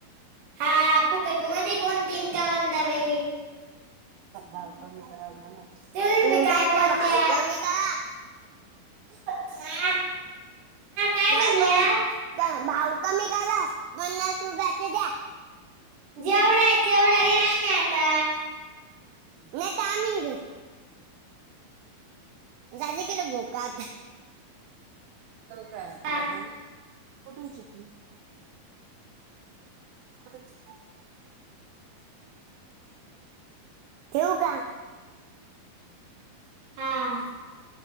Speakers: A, on the right; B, on the right.
A: हा फुकट मध्ये कोण दिन का वंदा बाई
B: भाव कमी क म्ह
A: तुम्ही बी
B: उ
A: काय बोलत्या
B: भाऊ कमी करा. <unintelligible>
A: हा काय
B: का
A: म्हणल्या
B: आपण भाऊ कमी करा. पन्नास रुपयाचे द्या
A: जेवढा आहे. तेवढाही नाही ना आता
B: नाही तर आमीन घेत झाले गलं बक आता का कुठून
A: हा
B: शिकल खरंच ठेऊ का?
A: हां..